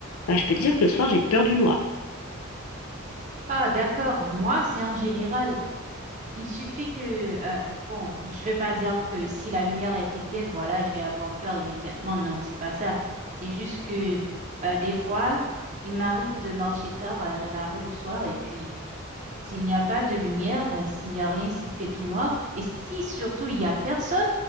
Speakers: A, on the left (about 85°); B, on the right (about 35°).
A: bah, je peux te dire que le soir, j'ai peur du noir.
B: Ah, d'accord. Moi, c'est en général. Il suffit que, euh, bon, je vais pas dire que si la lumière est éteinte, voilà, je vais avoir peur immédiatement. Non, c'est pas ça. C'est juste que euh, des fois, il m'arrive de marcher tard euh, dans la rue le soir et puis S'il n'y a pas de lumière, euh, s'il n'y a rien, s'il fait tout noir, et si surtout il n'y a personne,